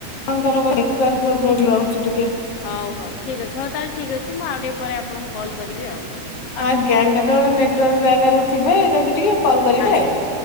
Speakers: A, on the left; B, on the left.
A: ଆପଣଙ୍କ ର ନେଟୱର୍କ ପ୍ରୋବ୍ଲେମ ରହୁଛି ଟିକେ।
B: ହୋଉ ହୋଉ ଠିକ୍ ଅଛି। ହୋଉ ତାହେଲେ ଠିକ୍ ଅଛି ମୁଁ ଆଉ ଟିକେ ପରେ ଆପଣଙ୍କୁ କଲ୍ କରିବି ଆଉ।
A: ଆଜ୍ଞା କେତେବେଳେ ନେଟୱାର୍କ ଜାଗାରେ ଥିବେ ଯଦି ଟିକେ କଲ୍ କରିବେ
B: ଆଜ୍ଞା।
A: ଆଉ।